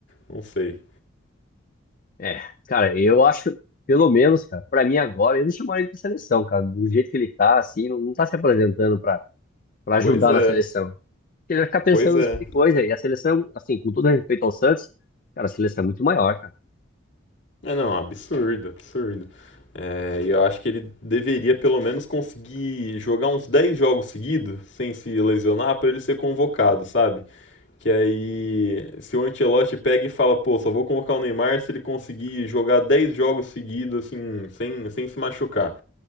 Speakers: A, on the left; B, on the left.
A: não sei.
B: É, cara, eu acho, pelo menos, cara, pra mim agora, eu não chamaria ele pra seleção, cara. Do jeito que ele tá, assim, não, não tá se apresentando pra, pra ajudar
A: Pois é,
B: na seleção. Ele vai ficar pensando
A: pois é.
B: nesse tipo de coisa. E a seleção, assim, com todo respeito ao Santos, cara, a seleção é muito maior, cara.
A: É, não, absurdo, absurdo. É, e eu acho que ele deveria pelo menos conseguir jogar uns 10 jogos seguidos, sem se lesionar, pra ele ser convocado, sabe? Que aí, se o Ancelotti pega e fala, pô, só vou convocar o Neymar se ele conseguir jogar 10 jogos seguidos, assim, sem, sem se machucar